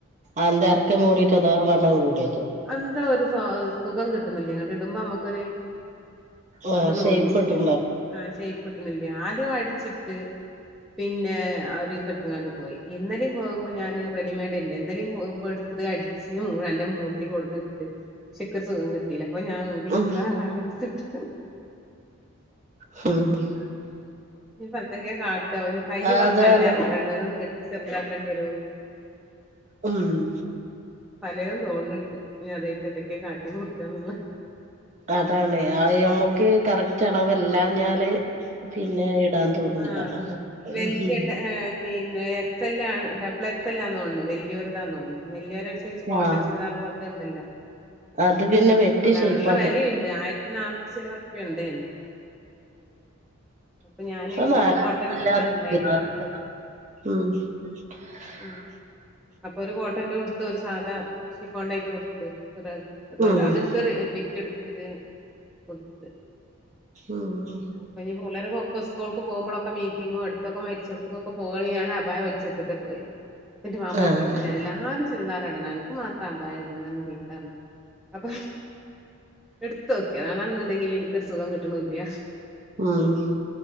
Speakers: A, on the right; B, in the centre.
A: അതെന്താ ഇറക്കം കൂടി ട്ടോ അതോ വണ്ണം കൂടിയതോ
B: എന്താ ഒരു സൊ സുഖം കിട്ടുന്നില്ല ഇങ്ങട്ട് ഇടുമ്പോ നമ്മുക്കൊരു
A: ആഹ്
B: ഇത്
A: ഷേപ്പ്ട്ട്ണ്ടോ
B: തോന്നില്ല ആഹ് ഷെയ്പ്പ് കിട്ടണില്ല ആദ്യം അടിച്ചിട്ട് പിന്നെ ആ ഒരു സം ഇട്ട്കാണ്ട് പോയി ഇന്നെലും പോകുമ്പോൾ ഞാന് റെഡിമെയഡ് ഇല്ല ഇന്നെലും പോകുമ്പോ അടിച്ച് മൂ നല്ല മൂ കൊണ്ട് ട്ട് പക്ഷേ എനിക്ക് ഒരു സുഖം കിട്ടിയില്ല അപ്പ ഞാൻ ഊരിച്ചിട്ട്
A: ഉം
B: വേറൊ ഒരുന്ന് എടുത്തിട്ട്
A: മ്മ് മ്മ്
B: എന്തൊക്കെ കാട്ട കൈയ് കുറച്ച്
A: അതാണ്
B: നല്ല ഇറക്കണ്ട് അതൊന്ന് വെട്ടി ചെറുതാക്കണ്ടി വരും
A: മ്മ്
B: എല്ല തോന്നുന്നുണ്ട് ഇനി അതൊക്കെ എന്താ കാട്ടി കൊടുക്കാന്നുള്ള
A: അതാണ് ആ ഞമ്മക്ക് കറക്റ്റ് അളവല്ല ഞാല് പിന്നെ ഇടാൻ തോന്നൂല
B: ആഹ്
A: അതാ
B: വലിയ
A: ഉം
B: പിന്നെ സെല്ലാണ് ഡബിൾ എക്സെല്ലാന്നോണ് വലിയൊരിതാണണ് വലിയോരുടെ ഒരു സൈസ് കോട്ടൺ
A: ആഹ്
B: ചുരിദാർ പോലത്തെ ഉണ്ടല്ലോ
A: അത് പിന്നെ വെട്ടി
B: അതാണ്
A: ഷേപ്പാക്കി
B: ഇള്ള വിലയുണ്ട് ആയിരത്തി ഇണ്ടെനു നാനൂറ്റി ചില്വാനം ഉറുപ്പിയ യുണ്ടായിരുന്നു അപ്പൊ ഞാന് എന്റെടുത്ത്
A: <unintelligible>
B: കോട്ടൺ ചുരിദാർ ഉണ്ടായിനില്ല അപ്പൊ ഒരു
A: മ്മ്
B: ഉം അപ്പൊ ഒരു കോട്ടന്റെ ഉടുത്ത് ഒരു സാധാ ഷിഫോണായിട്ട് ഉടുത്ത് <unintelligible>
A: ഉം
B: അത് എടുത്ത് ത് കൊടുത്ത്
A: ഉം
B: അപ്പ ഇനി പിള്ളേരെ <unintelligible> പോക്പോഴൊക്കെ മീറ്റിങ്ങും അടുത്തക്കെ മരിച്ച കൊടുക്കൊക്കെ പോകുകെ ഞാൻ അഭായ വലിച്ചിട്ട് പോയി എന്റെ മാപ്പള
A: ആഹ്
B: ചീത്താ പറഞ്ഞു ആ എല്ലാരും ചുരിദാർ ഇടണെ അനക്ക് മാത്രം അഭായട്ണ പറഞ്ഞ് ചീത്ത പറഞ്ഞു അപ്പൊ എടുത്ത് നോക്കി അതാണ്ണ് ന്ന്ടെങ്കിൽന് എനിക്കൊരു സുഖം കിട്ടണല്ലയാ
A: മ്മ്